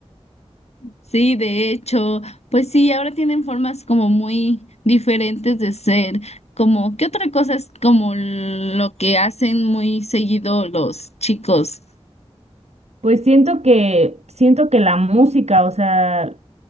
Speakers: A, on the left (about 75°); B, on the right (about 80°).
A: Sí, de hecho, pues sí, ahora tienen formas como muy diferentes de ser, como qué otra cosa es como lo que hacen muy seguido los chicos.
B: Pues siento que siento que la música, o sea,